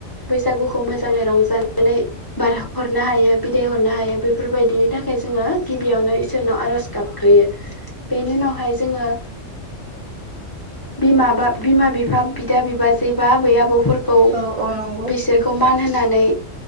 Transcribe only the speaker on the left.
बैसागुखौ मोजाङै रंजानानै बारहरनो हायो बिदाय हरनो हायो बेफोरबायदिनि थाखाय जोङो गिबियावनो इसोरनाव आर'ज गाबग्रोयो बेनि उनावहाय जोङो बिमा बा बिमा बिफा बिदा बिबाजै बा आबै आबौफोर खौ
बिसोरखौ
मान होनानै